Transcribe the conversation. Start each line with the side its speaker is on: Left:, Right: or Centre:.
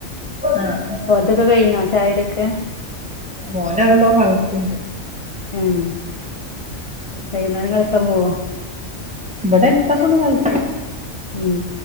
Centre: ആഹ്
Left: ഓല്തൊക്കെ കയ്ഞ്ഞോ ചായകുടിക്കെ
Centre: മോനണ്ടോ കളക്കിണ്ട്.
Left: ആം,
Centre: <inaudible>
Left: കൈകുന്നേരംകളിക്കാൻ പോവോ?
Centre: ഇവെടെട്തൊക്കെ ഒന്ന് കളി
Left: ഉം